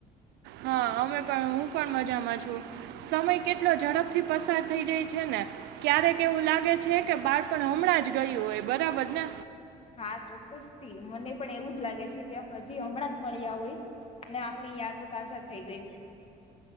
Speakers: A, on the right; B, on the left.
A: હા અમે પણ હું પણ મજામાં છું સમય કેટલો ઝડપથી પસાર થઈ જાય છે ને ક્યારેક એવું લાગે છે કે બાળપણ હમણાં જ ગયું હોય બરાબર ને.
B: હા ચોક્કસથી મને પણ એવું જ લાગે છે કે હજી હમણાં જ મળ્યા હોય અને આપણી યાદો તાજા થઈ ગઈ હોય.